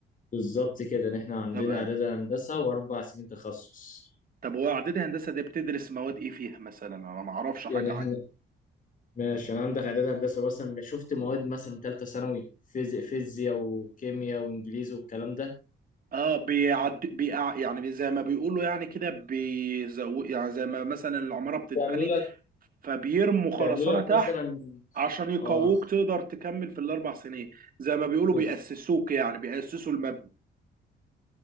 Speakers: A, on the left; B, on the right.
A: بالظبط كده ان احنا عندنا
B: طب
A: اعداد هندسه واربع سنين تخصص
B: طب هو اعدادي هندسه دي بتدرس مواد ايه فيها مثلا انا ما اعرفش
A: يعني
B: حاجه
A: احنا
B: عنها
A: ماشي انا عندك اعداد هندسه مثلا شفت مواد مثلا ثالثه ثانوي فيزياء فيزياء وكيمياء وانجليزي والكلام ده
B: اه بيعد بيقع يعني زي ما بيقولوا يعني كده بيزو يعني زي ما مثلا العمارة بتتبني
A: بيعملوا لك
B: فبيرموا
A: بيعملوا
B: خرسانة
A: لك
B: تحت
A: مثلا
B: عشان يقووك
A: اه
B: تقدر تكمل في الاربع سنين زي ما بيقولوا
A: بز-
B: بيأسسوك يعني بيأسسوا المبنى